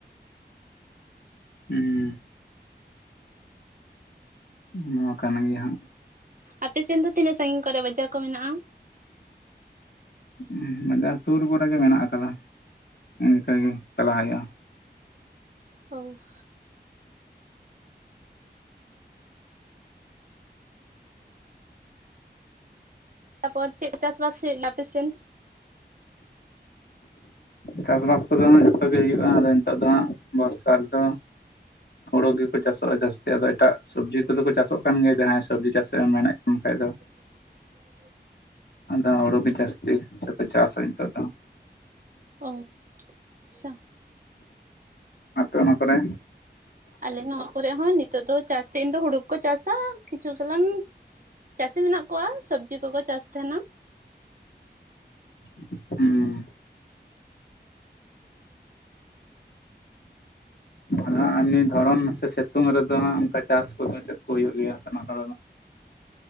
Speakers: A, on the left; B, on the right.
A: ᱦᱩ, ᱺ ᱾ ᱱᱚᱣᱟ ᱠᱟᱱ ᱜᱮ ᱦᱟᱸᱜ ᱾
B: ᱟᱯᱮ ᱥᱮᱱ ᱫᱚ ᱛᱤᱱᱟᱹᱜ ᱥᱟᱺᱜᱤᱧ ᱠᱚᱨᱮ ᱵᱟᱡᱟᱨ ᱠᱚ ᱢᱮᱱᱟᱜᱼᱟ?
A: ᱤᱦᱚ, ᱵᱟᱡᱟᱨ ᱥᱩᱨ ᱠᱚᱨᱮ ᱜᱮ ᱢᱮᱱᱟᱜ ᱠᱟᱫᱟ ᱤᱱᱠᱟᱹ ᱜᱮ ᱪᱟᱞᱟᱜ ᱦᱳᱭᱳᱜᱼᱟ ᱾
B: ᱦᱟᱹ-ᱩᱥ-ᱥ ᱾ ᱛᱟᱯᱚᱨ ᱪᱮᱫ ᱪᱟᱥᱵᱟᱥ ᱦᱩᱭᱩᱜᱼᱟ ᱟᱯᱮᱥᱮᱱ?
A: ᱪᱟᱥᱵᱟᱥ ᱠᱚᱫᱚ ᱡᱚᱛᱚ ᱜᱮ ᱦᱩᱭᱩᱜᱼᱟ ᱟᱫᱚ ᱱᱤᱛᱚᱜ ᱫᱚ ᱦᱟᱸᱜ ᱵᱚᱨᱥᱟ ᱨᱮᱫᱚ ᱦᱳᱲᱳ ᱜᱮᱠᱚ ᱪᱟᱥᱚᱜᱼᱟ ᱡᱟᱹᱥᱛᱤ ᱟᱫᱚ ᱮᱴᱟᱜ ᱥᱚᱵᱽᱡᱤ ᱠᱚᱫᱚ ᱠᱚ ᱪᱟᱥᱚᱜ ᱠᱟᱱ ᱜᱮᱭᱟ ᱡᱟᱦᱟᱸᱭ ᱥᱚᱵᱽᱡᱤ ᱪᱟᱥ ᱨᱮ ᱢᱮᱱᱮᱫ ᱠᱟᱱ ᱠᱷᱟᱡ ᱫᱚ ᱾
B: ᱦ <inaudible> ᱰᱷᱮᱠᱚᱡ-ᱥᱮ ᱾
A: ᱟᱫᱚ ᱦᱳᱲᱳ ᱜᱮ ᱡᱟᱹᱥᱛᱤ ᱥᱮᱯᱮ ᱪᱟᱥᱟ ᱱᱤᱛᱚᱜ ᱫᱚ?
B: ᱚ ᱟᱪᱪᱷᱟ
A: ᱟᱯᱮ ᱚᱱᱟ ᱠᱚᱨᱮ?
B: ᱟᱞᱮ ᱱᱚᱣᱟ ᱠᱚᱨᱮᱜ ᱦᱚᱸ ᱱᱤᱛᱚᱜ ᱫᱚ ᱪᱟᱥᱛᱮᱱ ᱫᱚ ᱦᱳᱲᱳᱠᱚ ᱪᱟᱥᱟ ᱠᱤᱪᱷᱩ ᱜᱚᱞᱟᱱ ᱪᱟᱹᱥᱤ ᱢᱮᱱᱟᱜ ᱠᱚᱣᱟ ᱥᱚᱵᱽᱡᱤ ᱠᱚᱠᱚ ᱪᱟᱥ ᱛᱟᱦᱮᱱᱟ ᱾
A: ᱩᱺ ᱾ ᱟᱫᱚ ᱦᱟᱸᱜ ᱱᱤᱭᱟᱹᱫᱷᱚᱨᱚᱱ ᱥᱮ ᱥᱤᱛᱩᱝ ᱨᱮᱫᱚ ᱦᱟᱜ ᱚᱱᱠᱟ ᱪᱟᱥ ᱠᱚᱫᱚ ᱪᱮᱫ ᱠᱚ ᱦᱩᱭᱩᱜ ᱜᱮᱭᱟ ᱚᱱᱟ ᱠᱚᱨᱮ ᱫᱚ?